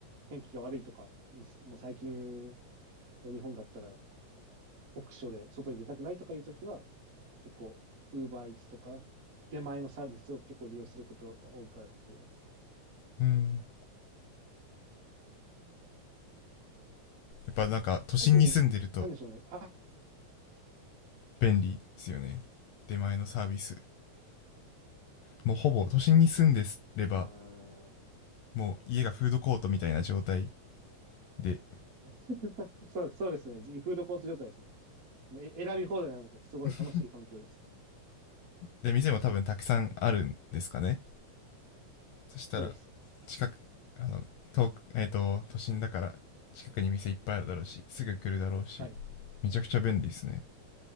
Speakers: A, on the right; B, on the left.
A: 天気が悪いとか、もうもう最近の日本だったら、酷暑で外に出たくないとかいうときは、結構、ウーバーイーツとか、出前のサービスを結構利用することが多くあります。
B: うんっぱなんか都心に住んでると
A: 特に、なんでしょうね。あ、
B: 便利ですよね出前のサービスもうほぼ都心に住んでれば
A: あ
B: もう家がフードコートみたいな状態で
A: ーそう、そうですね。フードコート状態ですね。え選び放題なので、すごい楽しい環境です。
B: <laughs> で店も多分たくさんあるんですかねそしたら
A: そうです。
B: 近くあの遠くえっ、と都心だから近くに店いっぱいあるだろうしすぐ来るだろうし
A: はい。
B: めちゃくちゃ便利ですね